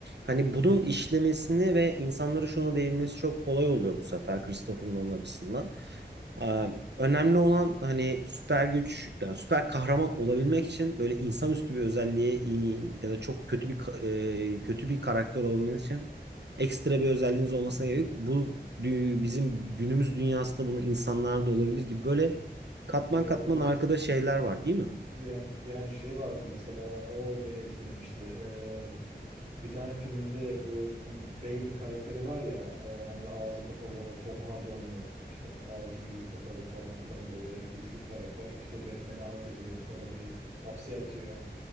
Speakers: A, on the right; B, on the right.
A: Hani bunun işlemesini ve insanlara şunu değinmesi çok kolay oluyor bu sefer Christopher Nolan açısından. Ee, önemli olan hani süper güç yani süper kahraman olabilmek için böyle insanüstü bir özelliğe iyi ya da çok kötü bir ka- e, kötü bir karakter olabilmek için ekstra bir özelliğiniz olmasına gerek yok. Bu dü- bizim günümüz dünyasında bunu insanlarda olabilir gibi böyle katman
B: Evet
A: katman
B: evet
A: arkada şeyler var değil mi?
B: Yani, yani şey vardı mesela o beni etkilemişti. Ee, bir tane filminde bu Bane karakteri var ya e, hani ağzı kapalı Tom Hardy oynuyor. İşte ağzı yüzü kapalı falan filan böyle güçlü bir karakter. İşte Batman'i alt ediyor sonra bir hapse atıyor.